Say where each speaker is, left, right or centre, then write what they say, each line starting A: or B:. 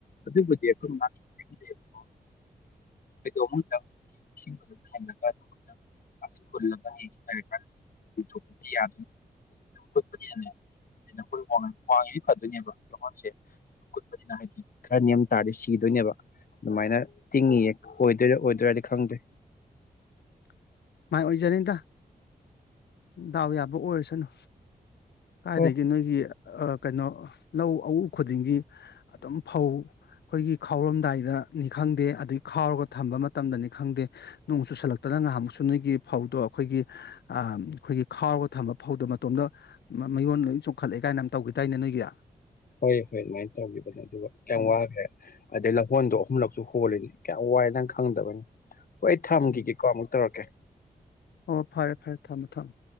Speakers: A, on the left; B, on the left.
A: ꯑꯗꯨꯕꯨꯗꯤ ꯑꯩꯈꯣꯏ ꯃꯥ ꯈꯪꯗꯦꯕꯀꯣ
B: <inaudible>
A: ꯐꯩꯗꯣꯝ ꯑꯃꯨꯛꯇꯪ ꯏꯁꯤꯡ ꯑꯗꯨ ꯂꯩꯍꯜꯂꯒ ꯑꯗꯨꯝ ꯈꯤꯛꯇꯪ ꯍꯨꯜꯂꯒ ꯍꯁ ꯍꯥꯏꯔ ꯊꯣꯛꯄꯗꯤ ꯌꯥ ꯈꯣꯠꯄꯗꯤ <unintelligible> ꯅꯈꯣꯏ ꯋꯥꯡꯉꯤꯈꯩ ꯐꯗꯣꯏꯅꯦꯕ ꯂꯍꯣꯟꯁꯦ ꯑꯩꯅ ꯍꯥꯏꯗꯤ ꯈꯔ ꯅꯦꯝ ꯇꯥꯔꯗꯤ ꯁꯤꯗꯣꯏꯅꯦꯕ ꯑꯗꯨꯃꯥꯏꯅ ꯇꯤꯡꯉꯤꯌꯦ ꯑꯣꯏꯗꯣꯏꯔꯥ ꯑꯣꯏꯗꯣꯏꯔꯥꯗꯤ ꯈꯪꯗ꯭ꯔꯦ
B: <inaudible> ꯃꯥꯏ ꯑꯣꯏꯖꯔꯅꯤꯗ ꯗꯥꯎ ꯌꯥꯕ ꯑꯣꯏꯔꯁꯅꯨ ꯀꯥꯏꯗꯒꯤ
A: ꯑꯣ
B: ꯅꯣꯏꯒꯤ ꯀꯩꯅꯣ ꯂꯧ ꯑꯎ ꯈꯨꯗꯤꯡꯒꯤ ꯑꯗꯨꯝ ꯐꯧ ꯑꯩꯈꯣꯏꯒꯤ ꯈꯥꯎꯔꯝꯗꯥꯏꯗꯅꯤ ꯈꯪꯗꯦ ꯑꯗꯒꯤ ꯈꯥꯎꯔꯒ ꯊꯝꯕ ꯃꯇꯝꯗꯅꯤ ꯈꯪꯗꯦ ꯅꯣꯡ ꯆꯨ ꯁꯜꯂꯛꯇꯅ ꯉꯍꯥꯟꯃꯨꯛꯁꯨ ꯅꯣꯏꯒꯤ ꯐꯧꯗꯣ ꯑꯩꯈꯣꯏꯒꯤ ꯑ ꯑꯩꯈꯣꯏꯒꯤ ꯈꯥꯎꯔꯒ ꯊꯝꯕ ꯐꯧꯗꯣ ꯃꯇꯣꯝꯗ ꯃꯌꯣꯟ ꯆꯣꯡꯈꯠꯂꯛꯑꯦ ꯀꯥꯏꯅ ꯑꯃ ꯇꯧꯈꯤꯗꯥꯏꯅꯦ ꯅꯣꯏꯒꯤ
A: ꯍꯣꯏ ꯍꯣꯏ ꯑꯗꯨꯃꯥꯏꯅ ꯇꯧꯈꯤꯕꯅꯦ ꯑꯗꯨꯒ ꯀꯌꯥꯝ
B: ꯎꯝ
A: ꯋꯥꯈ꯭ꯔꯦ ꯑꯗꯩ ꯂꯐꯣꯟꯗꯣ
B: ꯎꯝ
A: ꯑꯍꯨꯝꯂꯛꯁꯨ ꯍꯣꯜꯂꯤꯅꯤ ꯀꯌꯥꯝ ꯋꯥꯏ ꯅꯪ ꯈꯪꯗꯕꯒꯤꯅꯤ ꯍꯣꯏ ꯑꯩ ꯊꯝꯈꯤꯒꯦꯀꯣ
B: ꯎꯝ
A: ꯑꯃꯨꯛ ꯇꯧꯔꯛꯀꯦ
B: ꯑꯣ ꯐꯔꯦ ꯐꯔꯦ ꯊꯝꯃꯨ ꯊꯝꯃꯨ